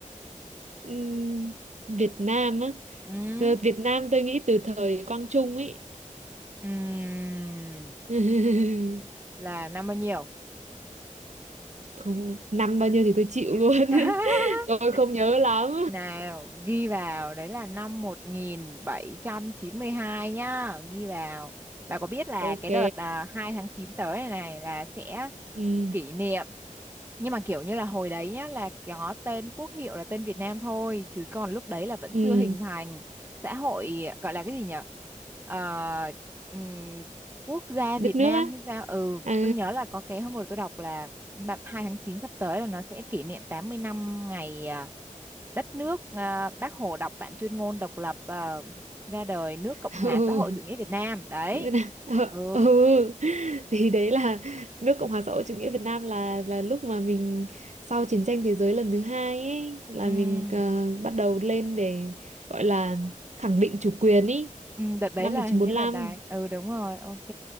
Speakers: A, on the right; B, on the right.
A: Ừm, Việt Nam á
B: ừ,
A: Ờ, Việt Nam tôi nghĩ từ thời Quang Trung ấy
B: ừm,
A: <laughs>
B: là năm bao nhiêu
A: không năm bao nhiêu thì tôi chịu luôn
B: <laughs>
A: <laughs> tôi không nhớ lắm
B: Nào, ghi vào, đấy là năm 1792 nhá, ghi vào. Bà
A: <laughs>
B: có biết là cái
A: ok
B: đợt à, 2 tháng 9 tới này này là sẽ
A: ừ
B: kỷ niệm, nhưng mà kiểu như là hồi đấy nhá là có tên quốc hiệu là tên Việt Nam thôi, chứ còn lúc đấy là vẫn
A: ừ
B: chưa hình thành xã hội gọi là cái gì nhở Ờ, ừm, quốc gia
A: đất
B: Việt
A: nước
B: Nam
A: á
B: hay sao? Ừ,
A: à
B: tôi nhớ là có cái hôm vừa tôi đọc là bà- 2 tháng 9 sắp tới là nó sẽ kỷ niệm 80 năm ngày à, đất nước à, Bác Hồ đọc bản tuyên ngôn độc lập à, ra đời nước Cộng
A: <laughs>
B: hòa
A: ừ
B: xã hội chủ nghĩa Việt Nam đấy
A: Việt Nam Ờ,
B: ừ
A: ừ <laughs> thì đấy là nước Cộng hòa xã hội chủ nghĩa Việt Nam là là lúc mà mình sau chiến tranh thế giới lần thứ hai ấy là
B: Ừm,
A: mình ờ, bắt đầu lên để gọi là khẳng định chủ quyền ý
B: ừm, đợt đấy
A: năm
B: là
A: một nghìn chín
B: hình
A: trăm bốn
B: như
A: lăm
B: là đài ừ đúng rồi ok